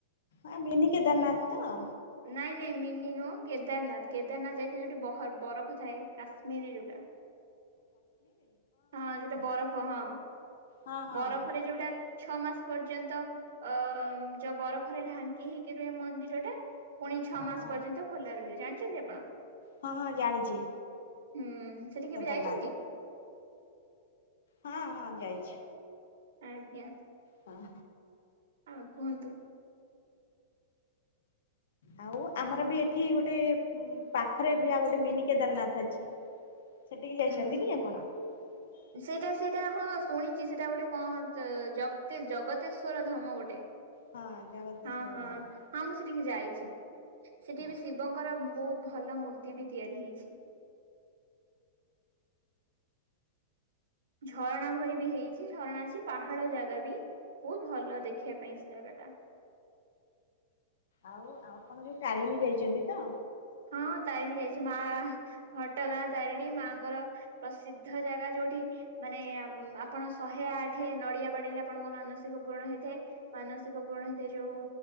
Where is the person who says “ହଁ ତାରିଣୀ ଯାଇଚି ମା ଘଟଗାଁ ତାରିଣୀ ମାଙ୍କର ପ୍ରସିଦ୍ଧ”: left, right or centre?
Right